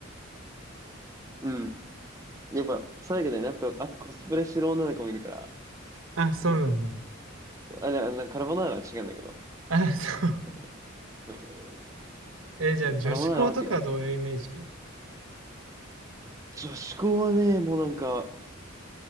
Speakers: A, on the right; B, on the right.
A: うん。やっぱ、そうだけどね、やっぱ、あとコスプレしてる女の子もいるから、
B: あ、そうなんだ。
A: うん、あれ、あれカルボナーラは違うんだけど、
B: あ、そう。
A: ちょっとねう
B: えー、じゃあ女子校とかはどういうイメージ
A: ん、カルボナーラは違う。女子校はね、もうなんか、